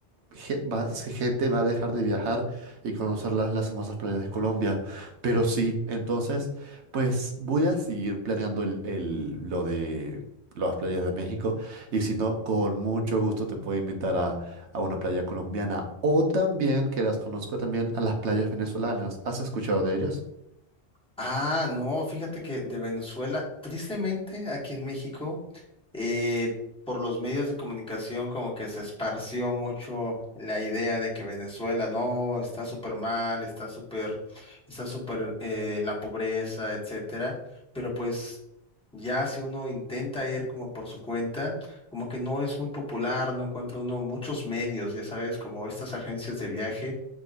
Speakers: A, on the right; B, in the centre.
A: ge- va- si gente va a dejar de viajar y conocer las, las hermosas playas de Colombia. Pero sí, entonces, pues voy a seguir planeando el, el- lo de las playas de México y si no, con mucho gusto te puedo invitar a, a una playa colombiana o también, que las conozco también, a las playas venezolanas. ¿Has escuchado de ellas?
B: Ah, no, fíjate que de Venezuela, tristemente aquí en México, eh, por los medios de comunicación como que se esparció mucho la idea de que Venezuela no está súper mal, está súper, está súper eh, en la pobreza, etcétera. Pero pues ya si uno intenta ir como por su cuenta, como que no es muy popular, no encuentra uno muchos medios, ya sabes, como estas agencias de viaje